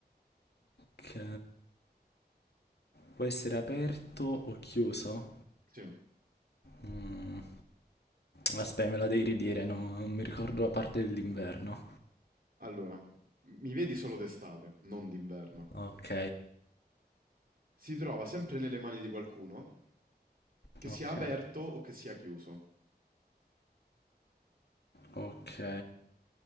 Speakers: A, on the left (about 75°); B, on the right (about 60°).
A: Ok, può essere aperto o chiuso?
B: Sì.
A: Mm, Aspetta, me la devi ridire, no? Non mi ricordo la parte dell'inverno.
B: Allora, m- mi vedi solo d'estate, non d'inverno.
A: Ok,
B: Si trova sempre nelle mani di qualcuno, che
A: ok,
B: sia aperto o che sia chiuso.
A: ok.